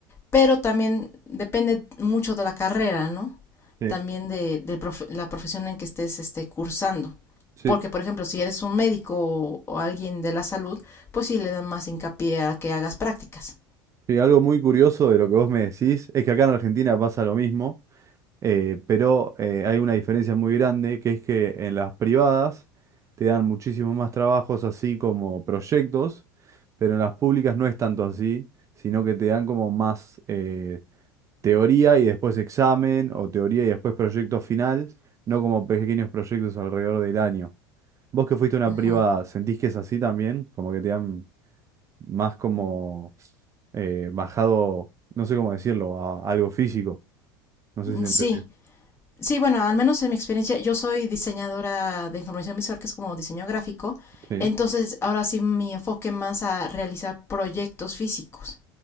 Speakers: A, on the left (about 20°); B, on the right (about 30°).
A: pero también depende mucho de la carrera, ¿no?
B: Sí,
A: También de, de profe- la profesión en que estés este, cursando.
B: sí.
A: Porque, por ejemplo, si eres un médico o, o alguien de la salud, pues sí le dan más hincapié a que hagas prácticas.
B: Sí, algo muy curioso de lo que vos me decís es que acá en Argentina pasa lo mismo. Eh, pero eh, hay una diferencia muy grande, que es que en las privadas te dan muchísimos más trabajos así como proyectos, pero en las públicas no es tanto así, sino que te dan como más eh, teoría y después examen, o teoría y después proyecto final, no como pequeños proyectos alrededor del año. Vos que fuiste a una
A: Ujú.
B: privada, ¿sentís que es así también? Como que te dan más como eh, bajado, no sé cómo decirlo, a algo físico. No sé si entendí.
A: Sí, Sí, bueno, al menos en mi experiencia, yo soy diseñadora de información visual, que es como diseño gráfico.
B: Sí.
A: Entonces, ahora sí mi enfoque más a realizar proyectos físicos,